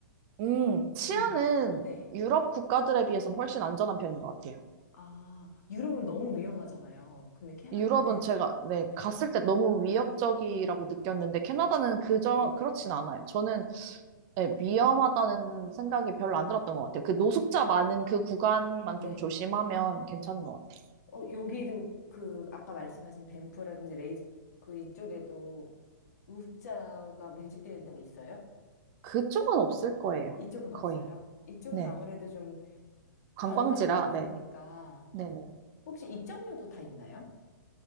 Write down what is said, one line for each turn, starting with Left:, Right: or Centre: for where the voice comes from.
Right: 음, 치안은
Left: 음. 네.
Right: 유럽 국가들에 비해서는 훨씬 안전한 편인 것 같아요.
Left: 아, 유럽은 너무 위험하잖아요. 근데 캐나다는,
Right: 유럽은 제가 네,
Left: 네.
Right: 갔을 때 너무 위협적이라고 느꼈는데 캐나다는 그저
Left: 네.
Right: 그렇진 않아요. 저는 네, 위험하다는 생각이 별로 안 들었던 것 같아요. 그 노숙자 많은 그 구간만
Left: 네.
Right: 좀 조심하면 괜찮은 것 같아요.
Left: 어, 여기도 그, 아까 말씀하신 밴프라든지 레이즈, 그 이쪽에도 우자가 밀집되는 데가 있어요?
Right: 그쪽은 없을 거예요.
Left: 이쪽은 없어요.
Right: 거의.
Left: 이쪽은
Right: 네.
Left: 아무래도 좀
Right: 관광지라,
Left: 관광 명소니까
Right: 네. 네네.
Left: 혹시 입장료도 다 있나요?